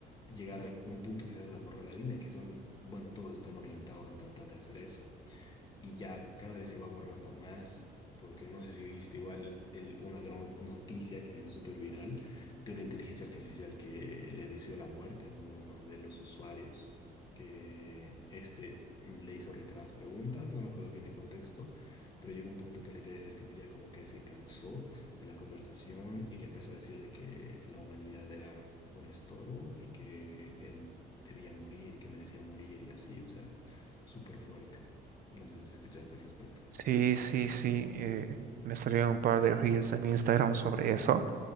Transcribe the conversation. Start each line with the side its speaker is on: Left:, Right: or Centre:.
Left: llegar a un punto quizás a borrar la línea, que son, bueno, todos están orientados a tratar de hacer eso y ya cada vez se va borrando más, porque no sé si viste igual el- una gran noticia que se hizo súper viral de una inteligencia artificial que le deseó la muerte a uno de los usuarios, que este le hizo reiteradas preguntas, no me acuerdo bien el contexto, pero llegó un punto en que la inteligencia artificial como que se cansó de la conversación y le empezó a decir de que la humanidad era un estorbo y que él debía morir y que merecía morir y así, o sea, súper fuerte. No sé si escuchaste al respecto.
Right: Sí, sí, sí. eh, me salieron un par de reels en Instagram sobre eso.